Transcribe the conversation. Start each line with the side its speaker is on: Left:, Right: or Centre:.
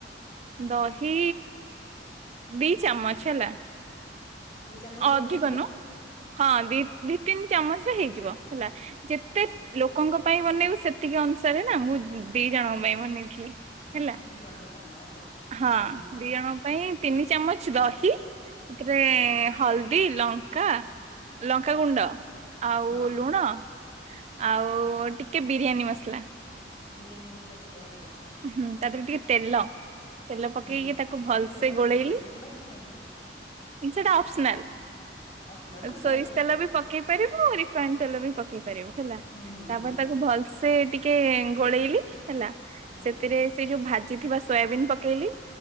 Right: ଦହି ଦି ଚାମଚ ହେଲା।
Left: ଦି ଚାମଚ
Right: ଅଧିକ
Left: ଦହି ହେଇଯିବ?
Right: ନୁହଁ ହଁ ଦି ଦି। ତିନି ଚାମଚରେ ହେଇଯିବ ହେଲା ଯେତେ
Left: ଆଚ୍ଛା
Right: ଲୋକ ଲୋକଙ୍କ ପାଇଁ ବନେଇବୁ ସେତିକି ଅନୁସାରେ ନା ମୁଁ ଦି ଜଣଙ୍କ ପାଇଁ ବନେଇଥିଲି। ହେଲା।
Left: ଦି ଜଣଙ୍କ ପାଇଁ ଆଚ୍ଛା ଆଚ୍ଛା।
Right: ହଁ
Left: ହୁଁ ହୁଁ
Right: ଦି ଜଣଙ୍କ ପାଇଁ ତିନି ଚାମଚ ଦହି ସେଥିରେ
Left: ହୁଁ
Right: ହଳଦୀ ଲଙ୍କା ଲଙ୍କାଗୁଣ୍ଡ ଆଉ
Left: ହଁ
Right: ଲୁଣ। ଆଉ ଟିକେ ବିରିୟାନୀ ମସଲା।
Left: ବିରିୟାନୀ ମସଲା ଟିକେ ଆଛା ଆଛା।
Right: ହୁଁ ତା ଦେହରେ ଟିକେ ତେଲ। ତେଲ ପକେଇକି
Left: ହୁଁ
Right: ତାକୁ ଭଲସେ
Left: କି ତେଲ
Right: ଗୋଳେଇଲି
Left: ସୋରିଷ ତେଲ ନା ରିଫାଇନ ତେଲ
Right: ସେଟା ଅପସନାଲ।
Left: ଅପସନାଲ ମାନେ
Right: ସୋରିଷ
Left: ଯାହାବି ପକେଇବ।
Right: ତେଲ ବି ପକେଇ ପାରିବୁ ଆ ରିଫାଇଣ୍ଡ ତେଲ ବି ପକେଇ ପାରିବୁ ହେଲା
Left: ହୁଁ ହୁଁ
Right: ତାପରେ
Left: ହୁଁ
Right: ତାକୁ ଭଲ ସେ ଟିକେ ଗୋଳେଇଲି ହେଲା
Left: ହୁଁ
Right: ସେଥିରେ ସେ ଯୋଉ ଭାଜିଥିବା ସୋୟାବିନ୍ ପକେଇଲି।